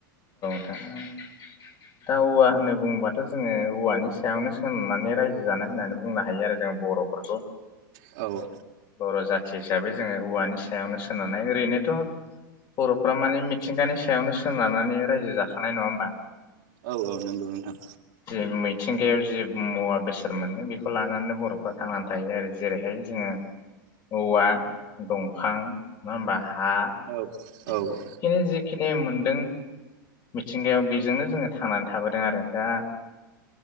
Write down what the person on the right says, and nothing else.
औ
औ औ नंगौ नोंथां
औ
औ ओं